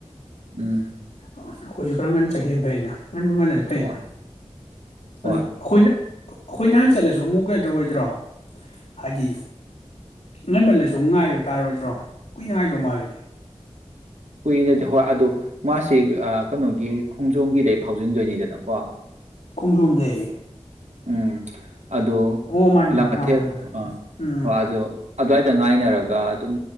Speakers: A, on the right; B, on the left.
A: ꯎꯝ
B: ꯑꯩꯈꯣꯏꯁꯨ ꯈꯔ ꯉꯟꯅ ꯆꯈꯤꯝ ꯐꯩꯩꯅ ꯉꯟꯕꯨ ꯉꯜꯂꯗꯤ ꯐꯩꯅ
A: ꯍꯣꯏ
B: ꯑꯗꯨ
A: ꯍꯣꯏ
B: ꯑꯩꯈꯣꯏꯅ ꯑꯩꯈꯣꯏ ꯅꯍꯥꯟ ꯆꯠꯂꯁꯨ ꯑꯃꯨꯛ ꯀꯩꯅꫭꯇꯧꯔꯣꯏꯗ꯭ꯔꯣ ꯍꯥꯏꯗꯤ ꯉꯟꯃꯜꯂꯁꯨ ꯑꯃꯨꯛ ꯉꯥꯏꯕ ꯇꯥꯔꯣꯏꯗ꯭ꯔꯣ ꯀꯨꯏꯅꯉꯥꯏꯗꯧ ꯃꯥꯜꯂꯤ
A: ꯀꯨꯏꯅꯗꯤ ꯍꯣꯏ ꯑꯗꯨꯗꯣ ꯃꯥꯁꯤ ꯀꯩꯅꯣꯒꯤ ꯈꯣꯡꯖꯣꯝꯒꯤꯗ ꯐꯥꯎꯖꯤꯟꯗꯣꯏꯅꯤꯗꯅꯀꯣ
B: ꯈꯣꯡꯖꯣꯝꯗꯩ
A: ꯎꯝ ꯑꯗꫭ
B: ꯑꯣ ꯃꯥꯅꯤ
A: ꯂꯥꯡꯉꯊꯦꯜ
B: ꯃꯥꯅꯤ ꯑꯥ ꯃꯥꯅꯤ
A: ꯑꯥ
B: ꯎꯝ
A: ꯑꯗꯨ ꯑꯗꯨꯋꯥꯏꯗ ꯉꯥꯏꯅꯔꯒ ꯑꯗꯨꯝ